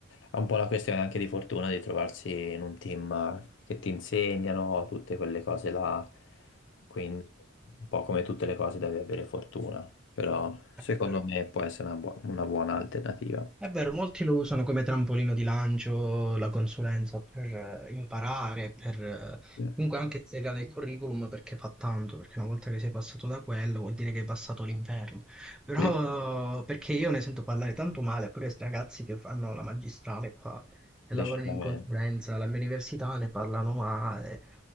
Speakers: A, on the left; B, in the centre.
A: è un po' una questione anche di fortuna di trovarsi in un team che ti insegnano tutte quelle cose là, quindi un po' come tutte le cose devi avere fortuna, però
B: È
A: secondo
B: vero.
A: me può essere una, buo- una buona alternativa,
B: È vero, molti lo usano come trampolino di lancio, la consulenza, per eh, imparare, per eh,
A: Sì.
B: comunque anche inserire nel curriculum perché fa tanto, perché una volta che sei passato da quello vuol dire che hai passato l'inferno. Però
A: Sì,
B: perché io ne sento parlare tanto male, pure questi ragazzi che fanno la magistrale qua e
A: decisamente.
B: lavorano in consulenza, alla mia università ne parlano male,